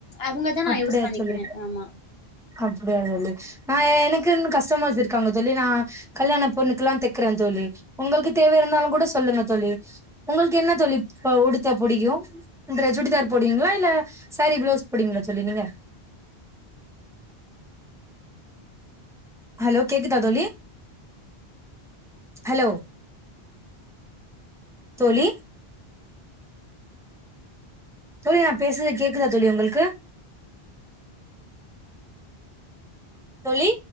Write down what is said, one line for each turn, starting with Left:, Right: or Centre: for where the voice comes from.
Left: அவங்கதா நா
Centre: அப்படியா
Left: யூஸ் பண்ணிக்கிறே
Centre: தோழி
Left: ஆமா
Centre: அப்படியா தோழி நா எனக்குன்னு கஷ் டமர்ஸ் இருக்காங்க தோழி நான் கல்யாண பொண்ணுக்குல்லாம் தைக்குறேன் சொல்லி உங்களுக்கு தேவ இருந்தாலும் கூட சொல்லுங்க தோழி உங்களுக்கு என்ன தோழி உடுத்த புடிக்கு என்ற சுடிதார் போடுவீங்களா இல்ல சாரீ பிளவுஸ் அபுடிங்களா சொல்லி நீங்க ஹலோ கேக்குதா தோழி ஹலோ தோழி தோழி நா பேசுறது கேக்குதா தோழி உங்களுக்கு தோழி